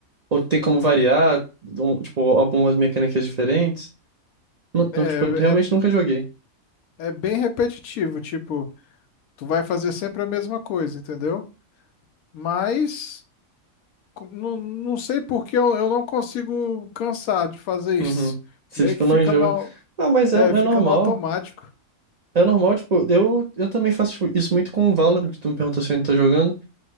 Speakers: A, on the right; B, on the left.
A: ou tem como variar, ou, tipo, algumas mecânicas diferentes. Não,
B: É,
A: não, tipo, realmente nunca joguei.
B: é, é bem repetitivo, tipo, tu vai fazer sempre a mesma coisa, entendeu? Mas co- não, não sei por que eu, eu não consigo cansar de fazer
A: Uhum.
B: <laughs> isso.
A: Você,
B: Meio
A: tipo,
B: que
A: não
B: fica
A: enjoa.
B: no, au-
A: Ah, mas
B: é,
A: é, é
B: fica
A: normal.
B: no automático.
A: É normal, tipo, eu, eu também faço tipo, isso muito com o Valorant, que tu me perguntou se eu ainda tô jogando.